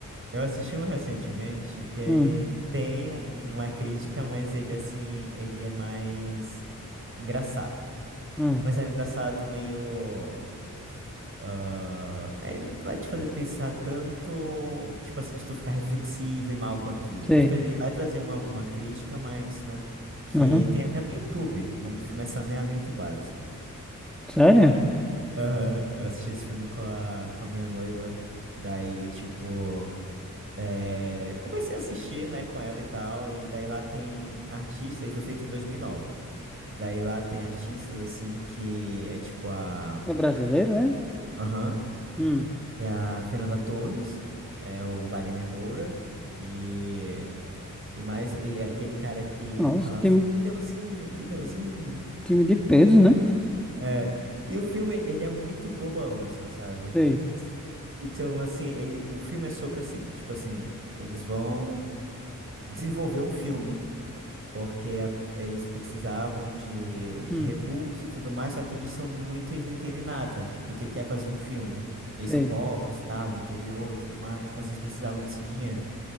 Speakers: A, on the right; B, in the centre.
A: Eu assisti um recentemente que ele
B: Hum,
A: tem um- uma crítica, mas ele assim, ele é mais engraçado.
B: hum,
A: Mas é um engraçado meio. ah, é, vai te fazer pensar tanto, tipo assim, de tu ficar reflexivo e mal com aquilo.
B: sei.
A: Tipo, ele vai trazer uma, uma crítica, mas, né? Que
B: Uhum.
A: tem até no YouTube. O nome do filme é Saneamento Básico.
B: Sério?
A: Aham, eu assisti esse filme com a, com a minha noiva. Daí, tipo. É, comecei a assistir, né, com ela e tal, e daí lá tem artista, e foi feito em 2009. Daí lá tem artistas, assim, que é tipo a...
B: É brasileiro, é?
A: Aham,
B: Hum.
A: é a Fernanda Torres, é o Wagner Moura, e... E mais, e é aquele cara que
B: Nossa,
A: falava
B: time,
A: assim, e Deusinho, de Deusinho.
B: time de peso, né?
A: É, e o filme, ele é muito bobão, assim, sabe?
B: Sei.
A: Então, assim, ele, o filme é sobre, assim, tipo assim, eles vão desenvolver um filme porque a- eles precisavam de, de
B: Hum,
A: recursos e tudo mais, só que eles são muito, eles não entendem nada do que que é fazer um filme. Eles
B: sei.
A: são pobres, tal, de interior e tudo mais, mas eles precisavam desse dinheiro.